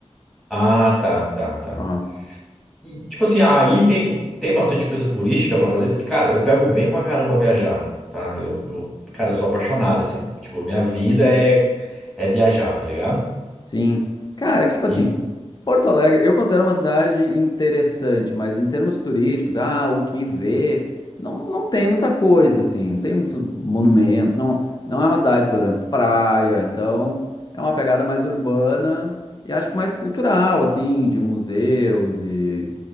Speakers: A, in the centre; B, on the left.
A: ah, tá, tá, tá.
B: Ah,
A: E, tipo assim, aí tem, tem bastante coisa turística pra fazer, porque, cara, eu pego bem pra caramba viajar, tá? Eu, eu- cara, eu sou apaixonado, assim, ó. Tipo, minha vida é, é viajar, tá ligado?
B: sim. Cara, que tipo assim,
A: E
B: Porto Alegre, eu considero uma cidade interessante, mas em termos turísticos, ah, o que ver, não, não tem muita coisa, assim, não tem muito monumentos, não, não é uma cidade, por exemplo, praia, então é uma pegada mais urbana e acho que mais cultural, assim, de museus e,